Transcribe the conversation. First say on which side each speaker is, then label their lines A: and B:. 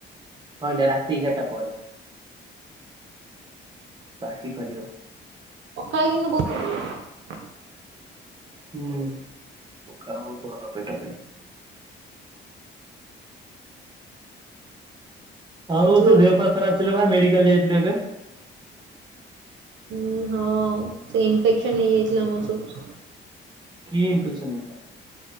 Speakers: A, on the right (about 25°); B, on the right (about 70°).
A: କହିଲା ରାତି ଏଗାରଟା ପରେ। <unintelligible>
B: ମକାଳେ କିନ୍ତ ବ <unintelligible>
A: ହୁଁ କାର ବହୁତ ଭଲ ପେଟ ପାଇଁାଇ <unintelligible>
B: <unintelligible>
A: ଆଉ
B: ଯୋଉ
A: ତୋ ଦେହ ପା ଖରାପ ଥିଲା ବା ମେଡିକାଲ ଯାଇଥିଲୁ ଏବେ?
B: ଉଁ ହଁ ସେଇ ଇନଫେକ୍ସନ ହେଇଯାଇଥିଲା ମୋର ସବୁ।
A: କି ଇନଫେକ୍ସନ ହଉଥିଲା।